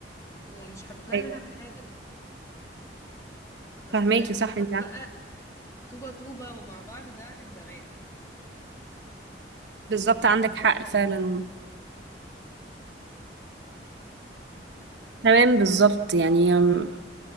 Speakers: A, on the left; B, on the right.
A: ومش هتطلعي
B: ايوه
A: منها بحاجة اصل
B: فهماكي
A: الحوار
B: صح انت
A: بقى
B: عن-
A: طوبة طوبة ومع بعض ده كان زمان
B: بالظبط عندك حق فعلا تمام بالظبط يعني أم،